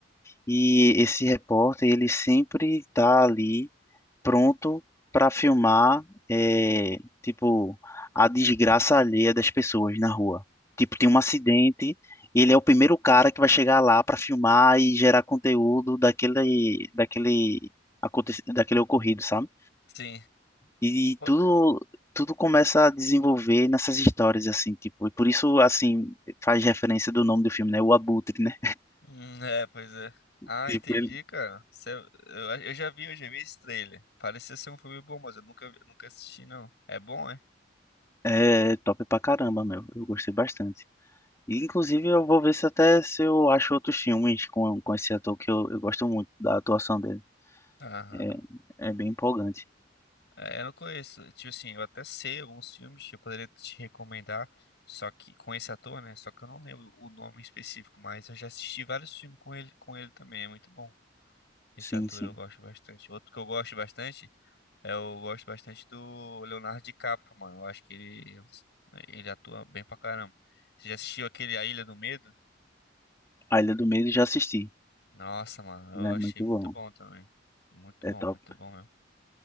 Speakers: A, on the left (about 15°); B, on the left (about 65°).
A: e esse repórter, ele sempre tá ali. pronto para filmar, é, tipo, a desgraça alheia das pessoas na rua. Tipo, tem um acidente, ele é o primeiro cara que vai chegar lá para filmar e gerar conteúdo daquele, daquele, aconte- daquele ocorrido, sabe?
B: Sim,
A: E
B: Pô,
A: tudo, tudo começa a desenvolver nessas histórias, assim, tipo, e por isso, assim, faz referência do nome do filme, né? O Abutre, né?
B: hum, É, pois é. Ah,
A: Tipo,
B: entendi,
A: ele
B: cara. Cê- eu, eu já vi, eu já vi esse trailer. Parecia ser um filme bom, mas eu nunca, vi- nunca assisti, não. É bom, é?
A: é top pra caramba, meu. Eu gostei bastante. E, Inclusive, eu vou ver se até se eu acho outros filmes com, com esse ator que eu, eu gosto muito da atuação dele.
B: Aham.
A: É, é bem empolgante.
B: É, eu não conheço. Tipo assim, eu até sei alguns filmes que eu poderia te recomendar, só que com esse ator, né? Só que eu não lembro o nome específico, mas eu já assisti vários filmes com ele, com ele também. É muito bom. Esse
A: Sim,
B: ator
A: sim.
B: eu gosto bastante. Outro que eu gosto bastante É, Eu gosto bastante do Leonardo DiCaprio, mano. Eu acho que ele, ele atua bem pra caramba. Você já assistiu aquele A Ilha do Medo?
A: A Ilha do Medo já assisti,
B: Nossa, mano,
A: né?
B: eu achei
A: Muito
B: muito
A: bom.
B: bom também. Muito bom,
A: É top.
B: muito bom mesmo.